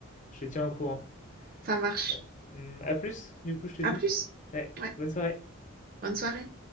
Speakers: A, on the left (about 35°); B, on the right (about 45°).
A: Je te tiens au courant.
B: Ça marche.
A: Ouais. Hum, à plus, du coup, je te dis.
B: À plus.
A: Ouais.
B: Ouais,
A: Bonne soirée.
B: bonne soirée.